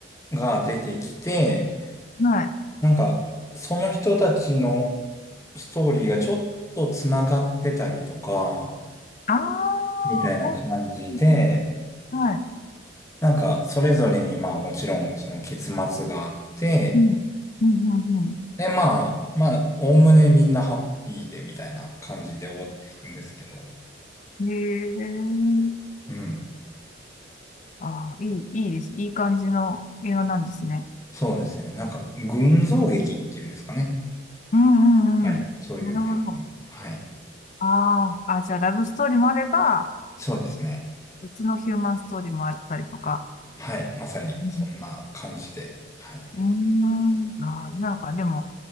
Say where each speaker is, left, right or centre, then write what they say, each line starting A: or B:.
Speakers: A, on the left; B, on the left.
A: が出てきて、
B: はい。
A: なんか、その人たちのストーリーがちょっとつながってたりとか、
B: ああ、
A: みたいな感じで、
B: はい。うんうんはい。
A: なんか、それぞれにまあもちろんその結末があって、
B: うん。うん、うん、うん。
A: で、まあ、まあ、おおむねみんなハッピーでみたいな感じで終わっていくんですけど、
B: うんへえ。
A: うん。
B: ああ、いい、いいです。いい感じの映画なんですね。
A: そうですね。なんか、群像劇っていうんですかね。
B: うん、
A: はい。
B: うん、うん。
A: そういう感じの。
B: なるほど。
A: はい。
B: ああ、あ、じゃあ、ラブストーリーもあれば、
A: そうですね。
B: 別のヒューマンストーリーもあったりとか。
A: はい。まさに、
B: うん。
A: そんな感じで。はい。
B: うーん。ああ、なんかでも、